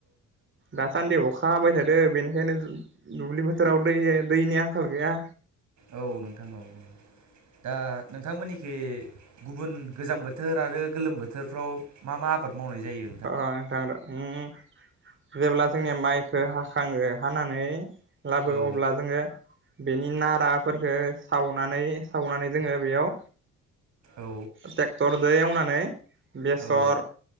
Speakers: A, on the right; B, on the right.
A: दाासान्दि अखा हाबाय थादों दों बेनिखायनो दुब्लि बोथोराव दै दैनि आंखाल गैया
B: औ नोंथां औ दा नोंथांमोननिखि गुबुन गोजां बोथोर आरो गोलोम बोथोरफ्राव मा मा आबाद मावनाय जायो
A: अ' नोंथां र उम जेब्ला जोंनिया माइखो हाखाङो हानानै लाबो
B: औ
A: अब्ला जोङो बेनि नाराफोरफोरखौ सावनानै सावनानै जोङो बेयाव
B: औ
A: ट्रेक्टरदो एउनानै ओम्फाय बेसर
B: औ